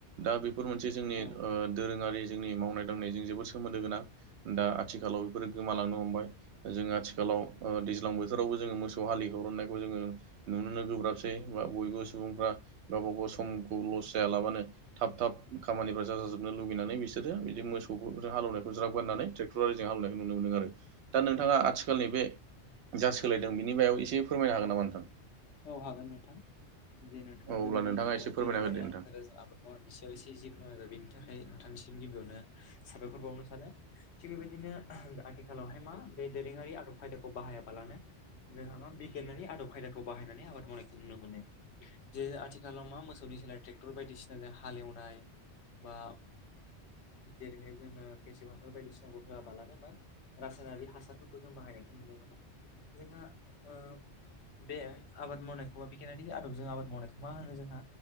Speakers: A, on the right (about 75°); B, on the left (about 70°).
A: दा बेफोर मोनसे जोंनि
B: औ
A: ओ दोरोङारि जोंनि मावनाय दांनायजों जोबोद सोमोन्दो गोनां। दा आथिखालाव बेफोरो गोमालांनो हमबाय। जोङो आथिखालाव ओ दैज्लां बोथोरावबो जोङो मोसौ हालि हुरननायखौ जोङो नुनोनो गोब्राबसै, बा बयबो सुबुंफ्रा गावबा गाव समखौ लस जायालाबानो थाब थाब खामानिफ्रा जाजाजोबनो लुुबैनानै बिसोरो बिदि मोसौखौ हालौनायखौ ज्राब गारनानै ट्रेक्टर आरिजों हालौनायखौ नुनो मोनदों आरो। दा नोंथाङा आथिखालनि बे जा सोलायदों बिनि बायाव एसे फोरमायनो हागोन नामा नोंथां?
B: औ हागोन नोंथां, जे नोंथाङा
A: औ
B: गोदोनि
A: अब्ला नोंथाङा एसे फोरमायना
B: दोरोङारि
A: होदो नोंथां
B: आदब खायदाजों आबाद मुवानि सायाव एसे जि फोरमायबाय बेनि थाखाय नोंथांनिसिम गिबियावनो साबायखर बावनो सानो। थिग बेबायदिनो आथिखालावहाय मा बे दोरोङारि आदब खायदाखौ बाहायाबालानो जोंहा मा बिगियानारि आदब खायदाखौ बाहायनानै आबाद मावनायखौ नुनो मोनो। जे आथिखालाव मा मोसौनि सोलाय ट्रेक्टर बायदिसिना हालेवनाय, बा जेरैहाय जोङो बेेसे बोथोर बायदिसिनाखौ होआबालानो मा रासायनारि हासारफोरखौ जों बाहायनायखौ नुनो मोनो। जोंहा ओ बे आबाद मावनायखौ बा बिगियानारि आदबजों आबाद मावनायखौ मा होनो जोंहा